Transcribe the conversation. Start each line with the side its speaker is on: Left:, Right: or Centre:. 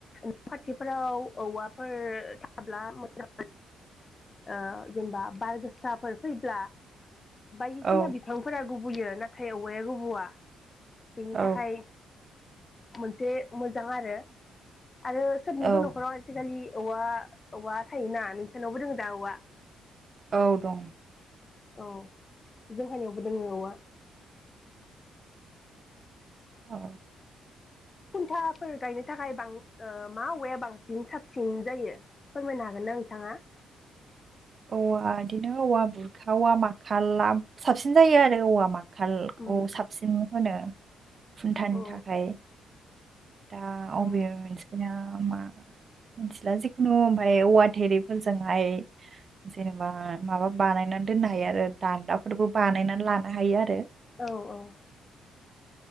Left: न' खाथिफोराव औवाफोर थाब्ला मोजां ओ जेनेबा बार गोसाफोर फैब्ला बायदिसिना
Right: औ
Left: बिफांफोरा गुबुयो नाथाय औवाया गुबुआ बेनि
Right: औ
Left: थाखाय मोनसे मोजां आरो आरो सोबनिबो
Right: औ
Left: न'खराव आजिखालि औवा औवा थायोना नोंसानावबो दङ' दा औवा
Right: औ दं
Left: औ जोंहानियावबो दोङो औवा
Right: अ
Left: खुन्था फोर गायनो थाखाय बां ओ मा औवाया बांसिन साबसिन जायो फोरमायनो हागोन ना नोंथाङा?
Right: औवा इदिनो औवा बुरखा औवा माखाला साबसिन जायो आरो औवा मा खालखौ
Left: उम
Right: साबसिन होनो खुन्थानि
Left: औ
Right: थाखाय दा
Left: औ
Right: अबेयो मोनसेया मा मिथिला जिखुनु ओमफाय औवा थेरिफोरजोंहाय जेनेबा माबा बानायनानै दोननो हायो आरो दान्दाफोरबो बानायनानै लानो हायो आरो
Left: औ औ